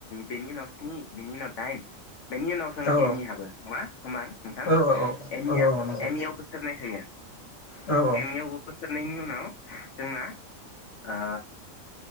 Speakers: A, on the left; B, on the left.
A: बेनि उनाव स्नि बेनि उनाव दाइन बेनि उनाव जों
B: औ
A: एम इ हाबो नङा होमबा नोंथां
B: औ
A: एम इ
B: औ
A: आ
B: औ नंगौ
A: एम इ आव बोसोर नै थायो।
B: औ औ
A: एम इ आवबो बोसोरनायनि उनाव जोंना ओ।